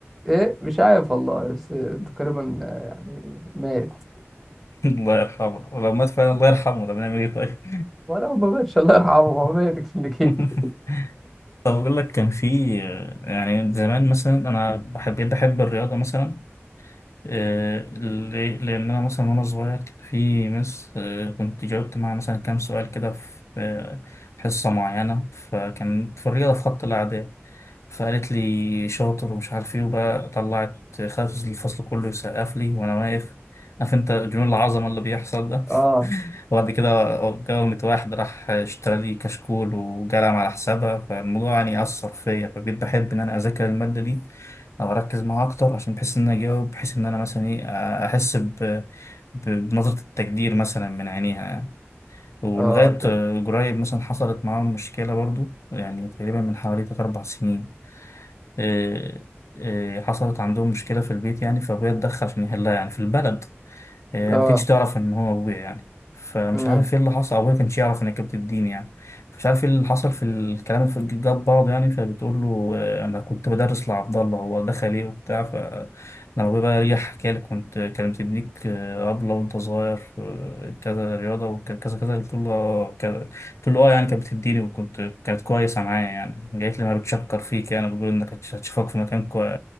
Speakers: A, in the centre; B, on the left (about 80°).
A: ايه مش عارف والله بس
B: <laughs>
A: تقريبا آه، يعني مات
B: الله يرحمه لو مات فعلا الله يرحمه طب نعمل ايه طيب؟
A: ولا هو ما ماتش الله يرحمه
B: <laughs>
A: هو ميت كلينيكي
B: <laughs> طب أقول لك كان في يعني زمان مثلا أنا بحب بحب الرياضة مثلا آه، ليه؟ لأن أنا مثلا وأنا صغير كان في مس آه، كنت جاوبت معاها مثلا كام سؤال كده في آه، حصة معينة فكان في الرياضة في خط الأعداد فقالت لي شاطر ومش عارف إيه وبقى طلعت خلت الفصل كله يسقف لي وأنا واقف عارف أنت جنون العظمة اللي بيحصل
A: <laughs> اه
B: وبعد كده اتجوزت واحد راح اشترى لي كشكول وجلم على حسابها فالموضوع يعني أثر فيا فبقيت بحب إن أنا أذاكر المادة دي أو أركز معاها أكتر عشان بحس إن أنا أجاوب بحس إن أنا مثلا إيه أحس ب... ب... بنظرة التقدير مثلا من عينيها يعني. ولغاية
A: اه اوكي
B: قريب مثلا حصلت معاهم مشكلة برضو يعني تقريبا من حوالي تلات أربع سنين إيه- إيه، حصلت عندهم مشكلة في البيت يعني فأبويا اتدخل عشان يحلها يعني في البلد آه،
A: اه
B: ما كانتش تعرف ان هو ابويا يعني فمش
A: امم
B: عارف ايه اللي حصل ابويا ما كانش يعرف انك كانت الدين يعني مش عارف ايه اللي حصل في الكلام اللي في- جاب بعض يعني فبتقول له آه، انا كنت بدرس لعبد الله هو دخل ايه وبتاع فلما ابويا بقى ريح حكى لي كنت كانت بتديك آه، طبلة وانت صغير آه، كذا رياضة وكذا كذا كذا قلت له آه، كذا قلت له اه يعني كانت بتديني وكنت كانت كويسة معايا يعني جايت لي ما بتشكر فيك يعني بتقول انك هتش- هتشوفك في مكان كويس